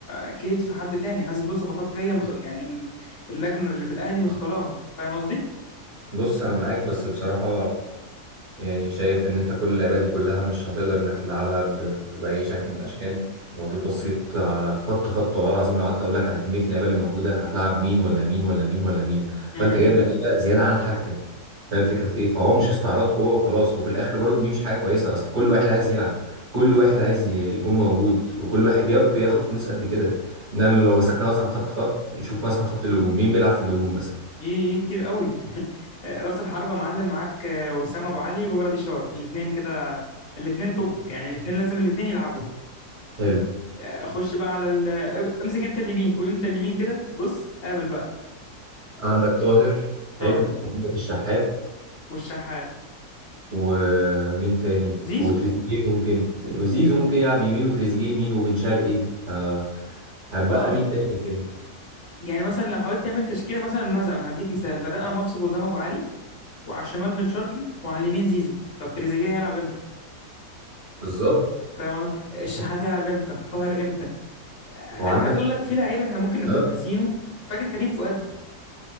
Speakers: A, on the left (about 55°); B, on the right (about 45°).
A: أكيد في حد تاني حاسس دول صفقات جاية مخ... يعني ال- اللجنة اللي في الأهلي مختاراها فاهم قصدي؟
B: بص انا معاك بس بصراحه يعني شايف ان انت كل اللعبة دي كلها مش هتقدر انك تلعبها ب... ب- بأي شكل من الاشكال لو جيت بصيت على خط خط والله العظيم لو قعدت اقول لك على كمية اللعيبة اللي موجودة هتلعب مين ولا مين ولا مين ولا مين
A: مم.
B: فانت جايب لعيبة زيادة عن حاجتك فاهم الفكرة في ايه فهو مش استعراض قوة وخلاص وفي الاخر برضو دي مش حاجة كويسة اصل كل واحد عايز يلعب كل واحد عايز ي- يكون موجود وكل واحد بيا- بياخد فلوس قد كده ان انا لو مسكنا مثلا خط خط نشوف مثلا خط الهجوم مين بيلعب في الهجوم مثلا
A: ايه إيه، إيه، كتير قوي <laughs> راس الحربة معلم معاك آه، وسام ابو علي وبجرادي شار الاثنين كده الاثنين توب يعني الاثنين لازم الاثنين يلعبوا
B: حلو
A: آه، خش بقى على ال... آه، امسك انت اليمين قول انت اليمين كده بص قابل بقى
B: عندك طاهر
A: طاهر
B: حلو عندك الشحات
A: والشحات
B: ومين تاني
A: زيزو
B: وتريزيجيه ممكن وزيزو ممكن يلعب يمين وتريزيجيه يمين وبن شرقي فهتبقى
A: اه
B: مين تاني كده
A: يعني مثلا لو حاولت تعمل تشكيله مثلا مثلا هديك مثال بدأنا ماتش بوسام ابو علي وعلى الشمال بن شرقي وعلى اليمين زيزو طب تريزيجيه هيلعب امتى
B: بالظبط
A: فاهم قصدي؟ الشحات هيلعب امتى طاهر امتى آه،
B: وعندك
A: انا عايز اقول لك في لعيبه احنا ممكن نكون
B: اه
A: ناسيينه فاكر كريم فؤاد